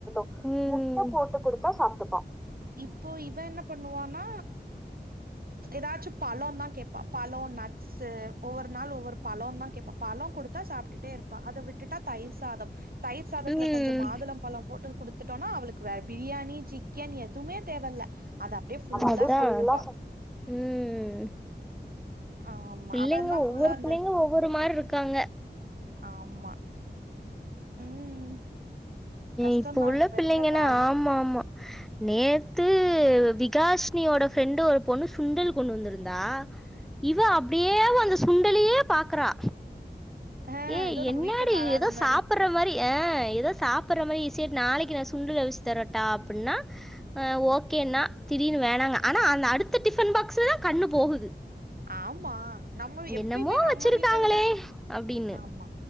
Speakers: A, in the centre; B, on the right.
A: ம் ம் ம் முட்ட போட்டு குடுத்தா சாப்ட்டுப்பா
B: இப்போ இவ என்ன பண்ணுவான்னா எதாச்சு பழோ தா கேட்பா பழோ நட்ஸு ஒவ்வொரு நாள் ஒவ்வொரு பழோ தா கேப்பா பழோ கொடுத்தா சாப்ட்டுட்டே இருப்பா அத விட் டுட்டா தயிர் சாதம் தயிர் சாதத்துல
A: ம்.
B: கொஞ்சோ மாதுள பழம் போட்டு குடுத்துட்டோன்னா அவளுக்கு வேற பிரியாணி சிக்கன் எத் துமே தேவல்ல அத அப்டியே ஃபுல்லா
A: அத அப்படியே
B: சாப்ட்டுப்பா
A: அதான். ஃபுல்லா சாப் ம்.
B: ஆமா
A: பிள்ளைங்க
B: அவந்தா ஃபுல்லா
A: ஒவ்வொரு
B: அந்த
A: பிள்ளைங்க ஒவ்வொரு மாரி இருக்காங்க.
B: ஆமா ம் கஷ்டம்தான்
A: இப்ப உள்ள பிள்ளைங்கன்னா
B: இருக்க கால
A: ஆமா ஆமா நேத்து விகாஷினியோட ஃப்ரெண்டு ஒரு பொண்ணு சுண்டல் கொண்டு வந்திருந்தா இவ அப்டியே அந்த சுண்டலயே பாக்குறா
B: ஆ
A: ஏ
B: ஏதோ
A: என்னாடி
B: நம்ம வீட்ல தராத
A: எதோ சாப்ற
B: மாரி
A: மாரி ஆ எதோ சாப்ற மாரி சரி நாளைக்கு நா சுண்டல் அவச்சு தரட்டா அப்டின்னா ஓகேனா திடீர்னு வேணாங்க ஆனா அந்த அடுத்த டிஃபன் பாக்ஸ் தா கண்ணு போகுது
B: ஆமா நம்ம எப்பயுமே
A: என்னமோ
B: நம்ம
A: வச்சிருக்காங்களே
B: வீட்ட விட
A: அப்டின்னு
B: ஆமா